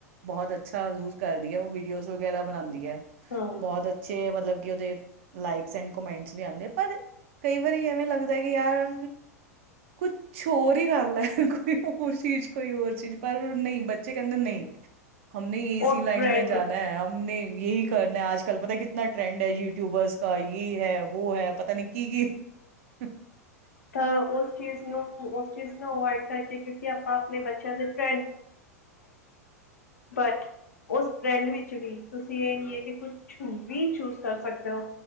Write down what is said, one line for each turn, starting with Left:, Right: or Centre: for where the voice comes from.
Right: ਬਹੁਤ ਅੱਛਾ ਯੂਜ ਕਰਦੀ ਆ ਉਹ ਵੀਡੀਓਜ਼ ਵਗੈਰਾ ਬਣਾਂਦੀ ਐ
Left: ਹਮ
Right: ਬਹੁਤ ਅ ਏ ਆ ਮਤਲਬ ਕਿ ਉਹਦੇ ਲਾਈਕਸ ਐਡ ਕਮੈਂਟਸ ਵੀ ਆਂਦੇ ਪਰ ਕਈ ਵਾਰੀ ਐਵੇਂ ਲੱਗਦਾ ਕਿ ਯਾਰ ਕੁਛ ਹੋਰ ਹੀ ਕਰ ਲੈ। ਹੋਰ ਚੀਜ਼ ਕੋਈ ਹੋਰ ਚੀਜ਼ ਪਰ ਨਹੀਂ ਬੱਚੇ ਕਹਿੰਦੇ ਨਹੀਂ। ਹਮ, ਨੇ ਇਸੀ
Left: ਉਹ
Right: ਲਾਈਨ
Left: ਟਰੈਂਡ
Right: ਮੈਂ ਜਾਣਾ ਹੈ ਹਮ ਨੇ ਇਹੀ ਕਰਨਾ ਆਜ ਕੱਲ ਪਤਾ ਕਿਤਨਾ ਟ੍ਰੈਂਡ ਐ ਯੂਟਿਊਬਰਸ ਕਾ ਜੇ ਹੈ ਵੋ ਹੈ ਪਤਾ ਨੀ ਕੀ ਕੀ। <unintelligible>
Left: ਤਾਂ ਉਸ ਚੀਜ਼ ਨੂੰ ਉਸ ਚੀਜ਼ ਨੂੰ ਅਵਇਡ ਕਰਕੇ ਕਿਉਂਕਿ ਆਪਾਂ ਆਪਣੇ ਬੱਚਿਆਂ ਦੇ <unintelligible> ਬਟ ਉਸ ਟਰੈਂਡ ਵਿੱਚ ਵੀ ਤੁਸੀਂ ਇਹ ਨੀ ਹੈ ਕਿ ਕੁਛ ਵੀ ਚੂਜ ਕਰ ਸਕਦੇ ਹੋ।